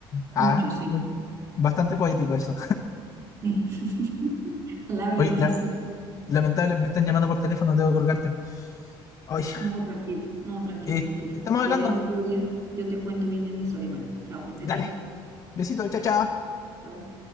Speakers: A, on the left; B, on the right.
A: Ah,
B: Mucho, sí.
A: muy, bastante poético eso.
B: <laughs> La verdad,
A: Oye, la-
B: sí.
A: lamentable, me están llamando por teléfono, debo colgarte. Oye,
B: No, tranquilo, no, tranquilo,
A: eh,
B: tranquilo.
A: estamos
B: Si
A: hablando.
B: ¿Quieres otro día? Yo te cuento bien de mi historia. Bueno, chao, que estés
A: Dale,
B: bien.
A: besito, chao, chao.
B: Chao.